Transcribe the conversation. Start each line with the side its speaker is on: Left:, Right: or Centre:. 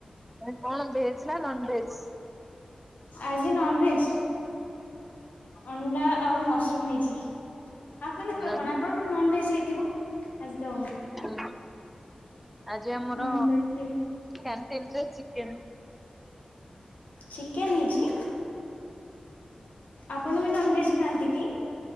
Centre: କଣ ଭେଜ ନା ନନଭେଜ?
Left: ଆଜି ନନଭେଜ, ଅଣ୍ଡା ଆଉ ମସରୁମ ହେଇଛି। ଆପଣଙ୍କର
Centre: ନନ୍।
Left: କଣ? ଆପଣ ତ ନନଭେଜ ହେଇଥିବ? ଆଜି ତ
Centre: ହୁଁ ଆଜି ଆମର
Left: ନନଭେଜ ଡେ।
Centre: କ୍ୟାଣ୍ଟିନରେ ଚିକେନ।
Left: ଚିକେନ ହେଇଛି? ଆପଣ ବି ନନଭେଜ ଖାଆନ୍ତି କି?